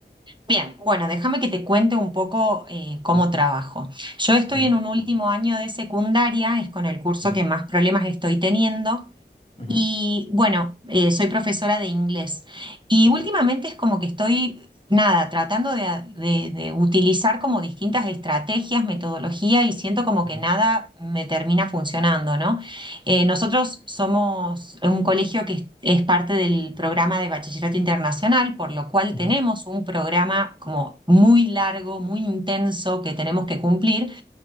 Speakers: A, on the right; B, on the left.
A: Bien, bueno, déjame que te cuente un poco eh, cómo
B: Ujú,
A: trabajo. Yo estoy
B: ujú,
A: en un último año de secundaria, es con el curso
B: ujú,
A: que más problemas estoy teniendo.
B: ujú.
A: Y bueno, eh, soy profesora de inglés y
B: Perfecto.
A: últimamente es como que estoy, nada, tratando de, de- de utilizar como distintas estrategias, metodología y siento como
B: Ujú,
A: que nada me termina funcionando, ¿no? Eh, nosotros somos un colegio que es es parte del programa de Bachillerato Internacional, por lo cual
B: ujú,
A: tenemos un programa como muy largo, muy intenso que tenemos que cumplir.